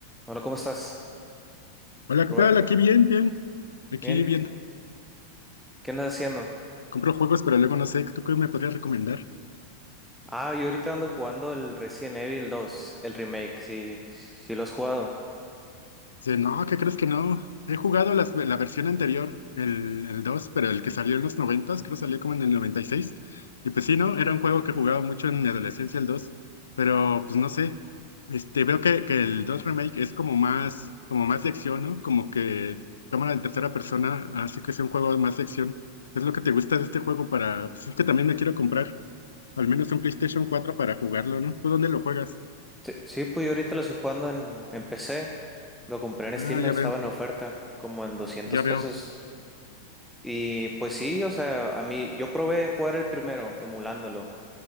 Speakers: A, in the centre; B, on the left.
A: Hola, ¿cómo estás,
B: Hola,
A: Rubén?
B: ¿qué tal? Aquí bien, bien. Aquí
A: Bien,
B: bien.
A: ¿qué andas haciendo?
B: Compro juegos, pero luego no sé, ¿tú qué me podrías recomendar?
A: Ah, yo ahorita ando jugando el Resident Evil dos, el remake, Sí, sí lo has jugado.
B: Dice, no, ¿qué crees que no? He jugado las- la versión anterior, el, el 2, pero el que salió en los 90, creo que salió como en el noventa Y seis. Y pues sí, ¿no? Era un juego que jugaba mucho en mi adolescencia, el dos, Pero pues no sé, este, veo que, que el 2 Remake es como más, como más de acción, ¿no? Como que cámara en tercera persona, así que es un juego más de acción. Es lo que te gusta de este juego para, pues es que también me quiero comprar. Al menos un PlayStation cuatro para jugarlo, ¿no? ¿Tú dónde lo juegas?
A: Sí, sí, pues yo ahorita lo estoy jugando en, en PC, lo compré en
B: Ah,
A: Steam,
B: ya
A: estaba
B: veo,
A: en oferta, como en doscientos
B: ya
A: pesos.
B: veo,
A: Y pues sí, o sea, a mí, yo probé jugar el primero, emulándolo,